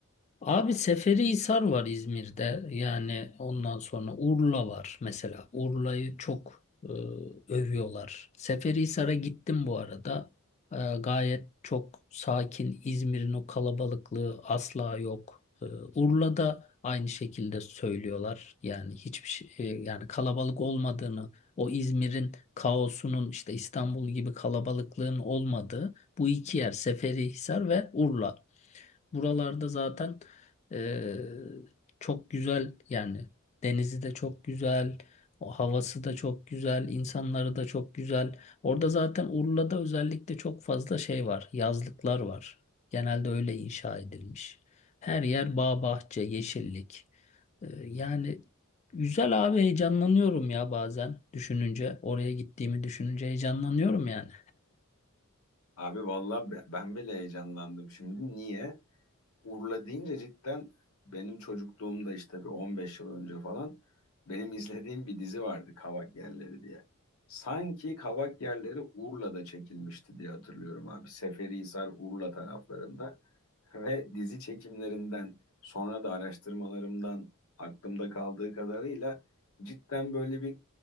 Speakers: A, on the left; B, on the left.
A: Abi Seferihisar var İzmir'de. Yani ondan sonra Urla var mesela. Urla'yı çok e, övüyorlar. Seferihisar'a gittim bu arada. E, gayet çok sakin. İzmir'in o kalabalıklığı asla yok. E, Urla'da aynı şekilde söylüyorlar. Yani hiçbir şey e, yani kalabalık olmadığını, o İzmir'in kaosunun işte İstanbul gibi kalabalıklığın olmadığı bu iki yer Seferihisar ve Urla. Buralarda zaten eee, çok güzel yani denizi de çok güzel, o havası da çok güzel, insanları da çok güzel. Orada zaten Urla'da özellikle çok fazla şey var, yazlıklar var. Genelde öyle inşa edilmiş. Her yer bağ bahçe, yeşillik. Eee, yani güzel abi heyecanlanıyorum ya bazen düşününce, oraya gittiğimi düşününce heyecanlanıyorum yani.
B: Abi vallahi be- ben bile heyecanlandım şimdi. Niye? Urla deyince cidden benim çocukluğumda işte bir 15 yıl önce falan benim izlediğim bir dizi vardı Kavak Yerleri diye. Sanki Kavak Yerleri Urla'da çekilmişti diye hatırlıyorum abi. Seferihisar Urla taraflarında ve dizi çekimlerinden sonra da araştırmalarımdan aklımda kaldığı kadarıyla cidden böyle bir